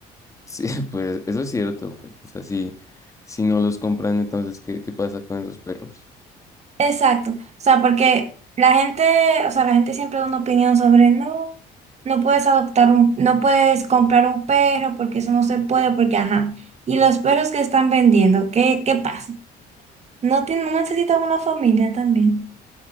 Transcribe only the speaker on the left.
Sí, <laughs> pues eso es cierto, pues, o sea, si, si no los compran, entonces ¿qué, qué pasa con esos perros?